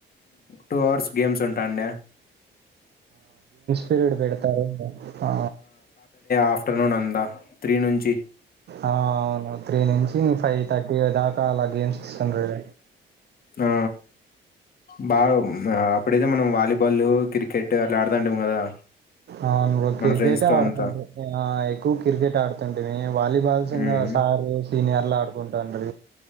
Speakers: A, on the left (about 50°); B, on the right (about 55°).
A: టూ అవర్స్ గేమ్స్ ఉంటాండి
B: పరీడ్ పతారు ఆ
A: ఆఫటర్నూన్ అందా త్రీ నుంచి
B: ఆ అవును త్రీ నుంచి ఫైవ్ థర్టీ దాకా చాలా గేమ్స్ చన <inaudible>
A: ఆ బా ఉం అప్పుడైతే మనం వాలీబాల్ క్రికెట్ అట్లా ఆడతాంటిం కదా
B: ఆ ను క్రికెటే
A: మన ఫ్రెండ్స్ తో
B: ఆడుతుంటే
A: అంతా
B: ఎక్కువ క్రికెట్ ఆడుతుంటేవి వాలీబాల్స్ ఇ
A: ఉమ్
B: సారు సీనియర్లు ఆడుకుంటాండ